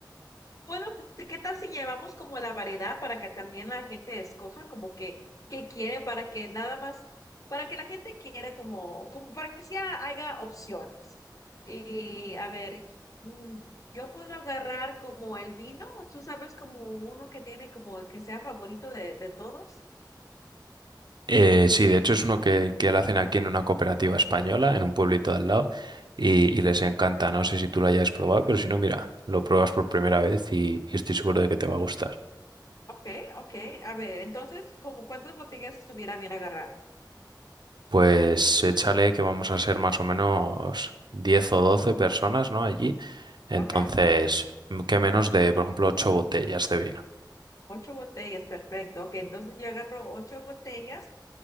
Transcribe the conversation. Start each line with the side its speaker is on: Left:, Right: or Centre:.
Left: Bueno, pues, ¿qué tal si llevamos como la variedad para que también la gente escoja como que qué quiere para que nada más, para que la gente quiera como, como para que sea haya opciones? Y a ver, mm, yo puedo agarrar como el vino, tú sabes como uno que tiene como que sea favorito de, de todos.
Right: Eh, sí, de hecho es uno que, que lo hacen aquí en una cooperativa española, en un pueblito de al lado, y, y les encanta. No sé si tú lo hayas probado, pero si no, mira, lo pruebas por primera vez y, y estoy seguro de que te va a gustar.
Left: Ok, ok, a ver, entonces como cuántas botellas estuviera bien agarrar.
Right: Pues échale que vamos a ser más o menos 10 o 12 personas, ¿no? Allí. Entonces,
Left: Ok,
Right: ¿qué menos de, por ejemplo, 8 botellas de vino?
Left: ocho botellas, perfecto. Ok, entonces yo agarro ocho botellas.